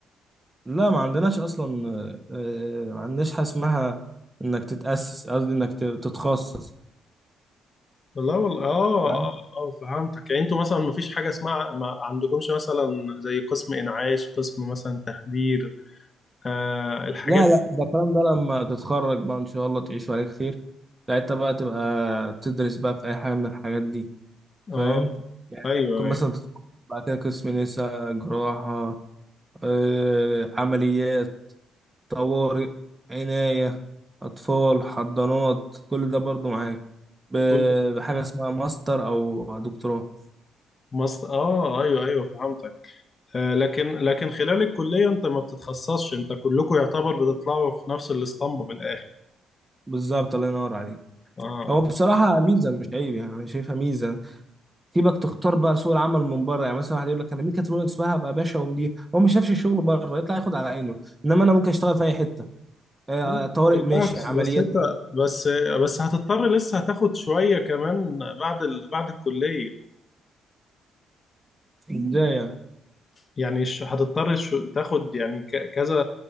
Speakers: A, on the right (about 20°); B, on the left (about 35°).
A: لا ما عندناش اصلا آه، آه، ما عندناش حاجه اسمها انك تتاسس قصدي انك ت- تتخصص
B: والله والله اه
A: لا
B: اه اه فهمتك يعني انتوا مثلا مفيش حاجة اسمها ما عندكمش مثلا زي قسم انعاش قسم مثلا تخدير آه الحاجات
A: لا
B: دي
A: ده الكلام ده لما تتخرج بقى ان شاء الله تعيش عليك خير ساعتها بقى تبقى تدرس بقى في اي حاجه من الحاجات دي فاهم
B: اه
A: يعني
B: ايوه
A: ممكن مثلا
B: ايوه
A: تتخصص بعد كده قسم نساء جراحه آه، عمليات طوارئ عنايه اطفال حضانات كل ده برضو معاك ب-
B: كل
A: بحاجه اسمها ماستر او دكتوراه
B: مصر اه ايوه ايوه فهمتك آه لكن لكن خلال الكلية انت ما بتتخصصش انت كلكم يعتبر بتطلعوا في نفس الاسطمبة في الاخر
A: بالظبط الله ينور عليك
B: اه
A: هو بصراحة ميزة مش عيب يعني أنا شايفها ميزة سيبك تختار بقى سوق العمل من بره يعني مثلا واحد يقول لك أنا ميكاترونكس بقى هبقى باشا ومدير هو ما شافش الشغل بره يطلع ياخد على عينه إنما أنا ممكن أشتغل في أي حتة آه،
B: لا
A: آه، طوارئ
B: بالعكس
A: ماشي عمليات
B: بس انت
A: ماشي
B: بس بس هتضطر لسه هتاخد شوية كمان بعد ال... بعد الكلية
A: إزاي يعني
B: يعني ش- هتضطر شو... تاخد يعني ك... كذا